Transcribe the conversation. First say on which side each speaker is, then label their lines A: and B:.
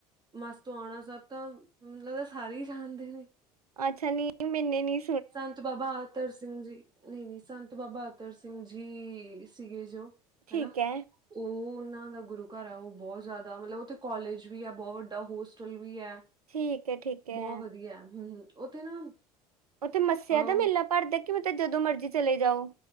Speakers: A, on the right; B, on the right.
A: ਮਸਤੋਆਣਾ ਸਾਬ ਤਾਂ ਮੈਨੂੰ ਲਗਦਾ ਸਾਰੇ ਹੀ ਜਾਣਦੇ ਨੇ।
B: ਅੱਛਾ ਨੀ ਮੈਨੇ ਨੀ
A: ਸੰਤ ਬਾਬਾ ਅਤਰ ਸਿੰਘ ਜੀ ਨਈ-ਨਈ ਸੰਤ ਬਾਬਾ ਅਤਰ ਸਿੰਘ ਜੀ ਸੀਗੇ ਜੋ,
B: ਠੀਕ
A: ਹੈਨਾ।
B: ਹੈ
A: ਓਹ ਓਨਾਂ ਦਾ ਗੁਰੂ ਘਰ ਹਾਂ ਓਹ ਬੋਹਤ ਜ਼ਿਆਦਾ ਮਤਲਬ ਓਥੇ ਕੋਲੇਜ ਵੀ ਐ ਬੋਹ ਵੱਡਾ ਹੋਸਟਲ ਵੀ ਐ
B: ਠੀਕ ਹੈ ਠੀਕ ਹੈ
A: ਬੋਹ ਵਧੀਐ। ਹੂੰ-ਹੂੰ ਓਥੇ ਨਾ
B: ਓਥੇ ਮੱਸਿਆ
A: ਅਮ
B: ਦੇ ਮੇਲਾ ਭਰਦੈ ਕਿ ਮਤਲਬ ਜਦੋਂ ਮਰਜੀ ਚਲੇ ਜਾਓ।